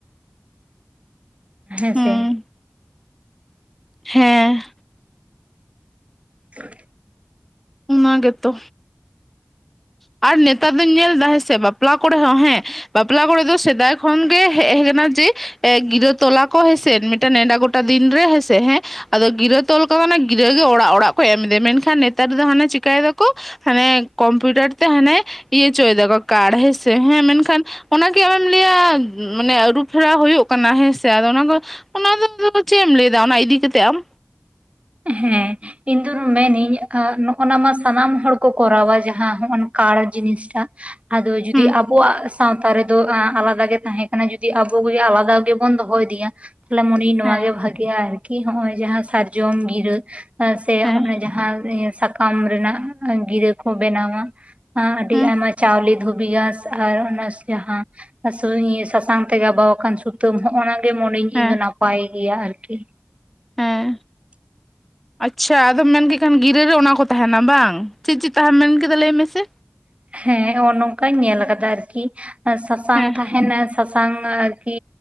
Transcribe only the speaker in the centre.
ᱦᱩᱸ ᱦᱮᱸ᱾
ᱚᱱᱟ ᱜᱮᱛᱚ᱾ ᱟᱨ ᱱᱮᱛᱟᱨ ᱫᱩᱧ ᱧᱮᱞᱫᱟ ᱦᱮᱸ ᱥᱮ, ᱵᱟᱯᱞᱟ ᱠᱚᱨᱮ ᱦᱚᱸ ᱦᱮᱸ, ᱵᱟᱯᱞᱟ ᱠᱚᱨᱮ ᱫᱚ ᱥᱮᱫᱟᱭ ᱠᱷᱚᱱᱜᱮ ᱦᱮ ᱦᱮᱡ ᱠᱟᱱᱟ ᱡᱮ ᱮ ᱜᱤᱨᱟᱹ ᱛᱚᱞ ᱟᱠᱚ ᱦᱮᱸ ᱥᱮ ᱢᱤᱫᱴᱟᱝ ᱱᱮᱰᱟ ᱜᱚ ᱴᱟ ᱫᱤᱱ ᱨᱮ ᱦᱮᱸ ᱥᱮ ᱦᱮᱸ, ᱟᱫᱚ ᱜᱤᱨᱟᱹ ᱛᱚᱞ ᱠᱚ ᱢᱮᱱᱟ ᱜᱤᱨᱟᱹ ᱜᱮ ᱚᱲᱟᱜ ᱚᱲᱟᱜ ᱠᱚ ᱮᱢ ᱤᱫᱤᱭᱟ, ᱢᱮᱱᱠᱷᱟᱱ ᱱᱮᱛᱟᱨ ᱫᱚ ᱦᱟᱱᱮ ᱪᱤᱠᱟᱹᱭ ᱮᱫᱟᱠᱚ ᱦᱟᱱᱮ ᱠᱚᱢᱯᱤᱭᱩᱴᱟᱨ ᱛᱮ ᱦᱟᱱᱮ ᱤᱭᱟᱹ ᱦᱚᱪᱚᱭ ᱫᱟᱠᱚ ᱠᱟᱲ ᱦᱮᱸ ᱥᱮ ᱦᱮᱸ, ᱢᱮᱱᱠᱷᱟᱱ ᱚᱱᱟᱜᱮ ᱟᱢᱮᱢ ᱞᱟᱹᱭᱟ ᱢᱟᱱᱮ ᱟᱹᱨᱩ ᱯᱷᱮᱨᱟᱣ ᱦᱩᱭᱩᱜ ᱠᱟᱱᱟ ᱦᱮᱸ ᱥᱮ, ᱟᱫᱚ ᱚᱱᱟ ᱠᱚ ᱚᱱᱟ ᱫᱚ ᱟᱫᱚ ᱪᱮᱫ ᱮᱢ ᱞᱟᱹᱭᱮᱫᱟ ᱚᱱᱟ ᱤᱫᱤ ᱠᱟᱛᱮᱫ ᱟᱢ?
ᱦᱩᱸ
ᱦᱮᱸ
ᱦᱮᱸ
ᱦᱩᱸ
ᱦᱮᱸ
ᱦᱮᱸ ᱟᱪᱪᱷᱟ ᱟᱫᱚᱢ ᱢᱮᱱ ᱠᱮᱫ ᱠᱷᱟᱱ ᱜᱤᱨᱟᱹᱮ ᱚᱱᱟ ᱠᱚ ᱛᱟᱦᱮᱱᱟ ᱵᱟᱝ, ᱪᱮᱫ ᱪᱮᱫ ᱛᱟᱦᱮᱢ ᱢᱮᱱ ᱠᱮᱫᱟ ᱞᱟᱹᱭ ᱢᱮᱥᱮ?
ᱦᱮᱸ